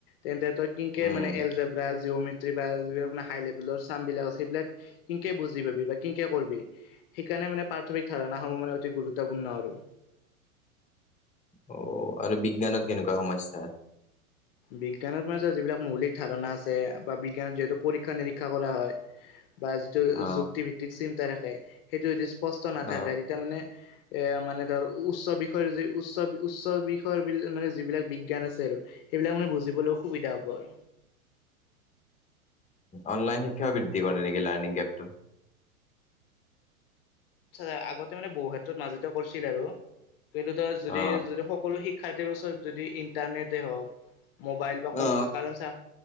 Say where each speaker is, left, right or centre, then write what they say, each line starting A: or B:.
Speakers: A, on the left; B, on the left.
A: তেন্তে তই কিংঙ্কে
B: উম
A: মানে এলজেবৰাজ জিঅমেট্ৰী বা যিব হাই লভেলৰ চাম বিলাক আছে সেইবিলাক কিংঙ্কে বুজি পাবি বা কিংঙ্কে কৰবি। সেইকাৰণে মানে প্ৰাথমিক ধাৰণা সমূহ মানে অতি গুৰুত্বপূৰ্ণ আৰু।
B: অ আৰু বিজ্ঞানত কেনেকুৱা সমস্যা?
A: বিজ্ঞানৰ মানত যিবিলাক মৌলিক ধাৰণা আছে বা বিজ্ঞানত যিহেতু পৰীক্ষা নিৰীক্ষা কৰা হয়। বা যিটো
B: অ
A: যুক্তি ভিত্তিক চিন্তা থাকে সেইটো যদি স্পষ্ট নাথাকে
B: অ
A: তেতিয়া মানে এ মানে ধৰ উচ্চ বিষয় উচ্চ বি উচ্চ বিষয় বি মানে যিবিলাক বিজ্ঞান আছে আৰু। সেইবিলাক মানে বুজিবলৈও অসুবিধা হ'ব আৰু।
B: অনলাইন শিক্ষাও বৃদ্ধি কৰে নেকি লাৰ্ণিং এপটো।
A: আচ্চা আগতে মানে বহু ক্ষেত্ৰত মাজতে কৰিছিল আৰু কিন্তু তই যদি
B: অ
A: যদি সকলো শি- শিক্ষাৰ্থীৰ ওচৰত যদি ইন্টাৰনেটে হওক মোবাইল বা ক
B: অ
A: কাৰণ চা